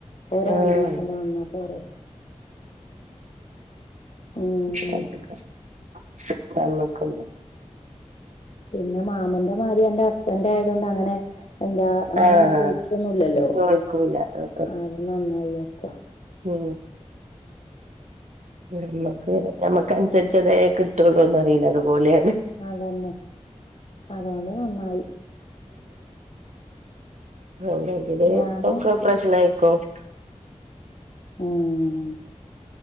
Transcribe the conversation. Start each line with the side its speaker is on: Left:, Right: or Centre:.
Left: ഓരെ
Right: ആഹ്
Left: വണ്ടി തന്നെ വന്നാ പോരെ. ഉം
Right: <unintelligible> നമുക്ക്
Left: പിന്നെ മാമന്റെ മാരി എന്റെ ഹസ് <unintelligible> ആയതുകൊണ്ട് അങ്ങനെ എന്താ അങ്ങനെ
Right: ആഹ്
Left: ചോയിക്കൊന്നുല്ലല്ലോ
Right: ചോദിക്കൂല ആ,
Left: അ അത് നന്നായി. ച്ചോ
Right: മ് ഞമ്മക്ക് ഞമ്മ ക്ക് അനുസരിച്ചതേ കിട്ടുള്ളൂന്ന് അറിയിലെ അതുപോലെ
Left: അതന്നെ അതോണ്ട് നന്നായി.
Right: മ് അല്ലെങ്കിലെ
Left: ഞാന്
Right: ഒക്കെ പ്രശ്നായി. <unintelligible>
Left: ഉം